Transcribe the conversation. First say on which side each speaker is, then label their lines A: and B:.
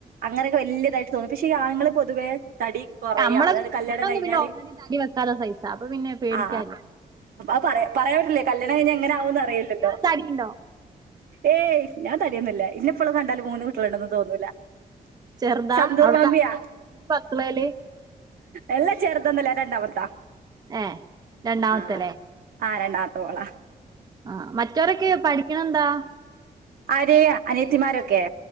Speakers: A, on the right; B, on the right.
A: അങ്ങനെയൊക്കെ വലിയതായിട്ട് തോന്നി പക്ഷെ ഈ ആണുങ്ങൾ പൊതുവേ തടി കൊറയാ
B: നമ്മളൊക്കെ
A: അതായത്
B: പിന്നെ
A: കല്യാണം
B: ഞാനൊന്നും
A: കഴിഞ്ഞാല്
B: പിന്നെ ഓൾറെഡി തടി വെക്കാത്ത സൈസാ അപ്പൊ പിന്നെ പേടിക്കാനില്ല
A: ആ ആ പറയാ പറയാൻ പറ്റില്ല കല്യാണംഴി ഞ്ഞാൽ ഇങ്ങനെകുന്ന കഴില്ലല്ലോ
B: ഇയാള് തടിണ്ടോ
A: ഏയ് ഞാൻ തടിയുന്നില്ല ഇന്ന എപ്പോളം കണ്ടാലും മൂന്ന് കുട്ടിളുണ്ട തോന്നൂലസന്തൂർ
B: ചെറുതാ അവിടുത്തെ
A: മമ്മിയാ
B: അഞ്ച് മക്കളേല്
A: എല്ലാം ചേർുതന്നില്ലേ രണ്ടാമത്താ
B: ഏ രണ്ടാമത്തല്ലേ
A: ആ ആ രണ്ടാമത്തെ ഓളാ
B: ആ മറ്റവരൊക്കെ പഠിക്കണെന്താ
A: ആര്അനയതിിമാരൊക്കെ